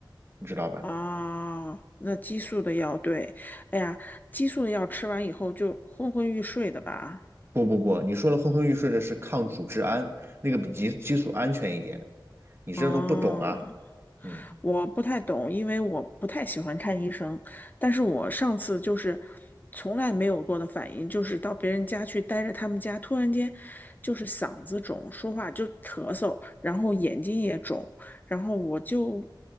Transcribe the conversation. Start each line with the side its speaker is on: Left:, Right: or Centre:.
Right: 你知道吧？
Left: 啊，那激素的药，对，哎呀，激素的药吃完以后就昏昏欲睡的吧，
Right: 不不不，你说的昏昏欲睡的是抗组织胺，那个比激激素安全一点。你这都不懂啊，
Left: 哦、
Right: 嗯
Left: 我不太懂，因为我不太喜欢看医生。但是我上次就是从来没有过的反应，就是到别人家去待着，他们家突然间就是嗓子肿，说话就咳嗽，然后眼睛也肿，然后我就